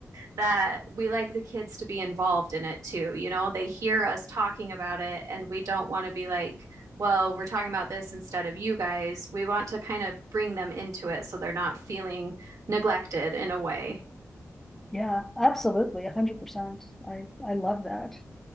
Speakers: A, on the right; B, in the centre.
A: that we like the kids to be involved in it too. You know, they hear us talking about it and we don't want to be like, well, we're talking about this instead of you guys. We want to kind of bring them into it so they're not feeling neglected in a way.
B: Yeah, absolutely, a hundred percent. I I love that.